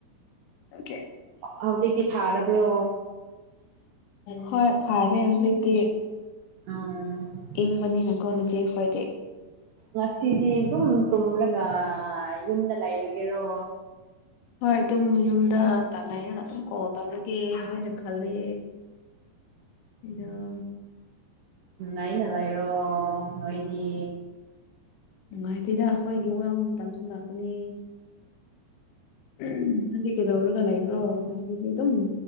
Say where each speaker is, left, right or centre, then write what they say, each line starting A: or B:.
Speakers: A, on the left; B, on the right.
A: ꯑꯣꯀꯦ
B: ꯍꯧꯖꯤꯛꯇꯤ ꯐꯥꯔꯕ꯭ꯔꯣ
A: ꯍꯣꯏ ꯐꯔꯦ ꯍꯧꯖꯤꯛꯇꯤ
B: <unintelligible>
A: ꯏꯪꯕꯅꯤꯅ ꯀꯣ ꯅꯆꯦꯈꯣꯏꯗꯤ
B: ꯉꯁꯤꯗꯤ ꯑꯗꯨꯝ ꯇꯨꯝꯔꯒ ꯌꯨꯝꯗ ꯂꯩꯔꯒꯦꯔꯣ
A: ꯍꯣꯏ ꯑꯗꯨꯝ ꯌꯨꯝꯗ ꯇꯥ ꯂꯩꯔꯒ ꯑꯗꯨꯝ ꯀꯣꯜ ꯇꯧꯔꯒꯦ ꯍꯥꯏꯅ ꯈꯜꯂꯦ <unintelligible>
B: ꯅꯨꯡꯉꯥꯏꯅ ꯂꯩꯔꯣ ꯅꯣꯏꯗꯤ
A: ꯅꯨꯡꯉꯥꯏꯇꯦꯗ ꯑꯩꯈꯣꯏꯒꯤ ꯋꯥꯕ ꯃꯇꯝꯁꯨ ꯂꯥꯛꯀꯅꯤ ꯎꯝ ꯅꯪꯗꯤ ꯀꯩꯗꯧꯔꯒ ꯂꯩꯕ꯭ꯔꯣ ꯉꯁꯤꯗꯤ ꯑꯗꯨꯝ